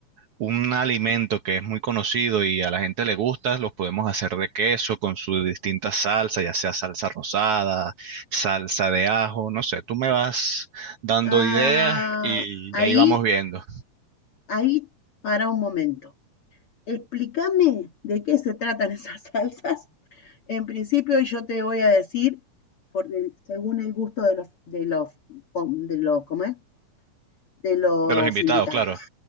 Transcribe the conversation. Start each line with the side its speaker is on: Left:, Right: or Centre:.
Right: un alimento que es muy conocido y a la gente le gusta, los podemos hacer de queso con su distinta salsa, ya sea salsa rosada, salsa de ajo, no sé, tú me vas dando
Left: Ah,
Right: ideas y
Left: ahí,
Right: ahí vamos viendo.
Left: ahí, para un momento. Explícame de qué se tratan esas <laughs> salsas. En principio, yo te voy a decir, por el- según el gusto de los, de los, com- de los, ¿cómo es? De los
Right: de los invitados,
Left: invitados.
Right: claro.